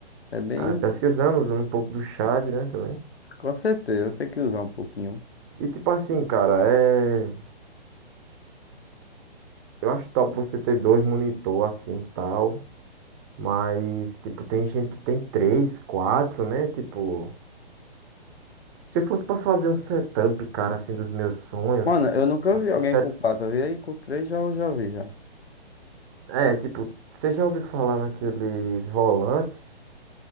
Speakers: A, on the left; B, on the right.
A: é bem.
B: Ah, pesquisando, usando um pouco do chat, né, também.
A: Com certeza, tem que usar um pouquinho.
B: E tipo assim, cara, é. Eu acho top você ter dois monitor assim e tal. Mas, tipo, tem gente que tem três, quatro, né? Tipo, se eu fosse pra fazer um setup, cara, assim, dos meus sonhos.
A: Mano, eu nunca
B: Assim,
A: vi alguém
B: set-
A: com quatro eu vi aí com três já eu já vi já.
B: é, tipo, você já ouviu falar naqueles volantes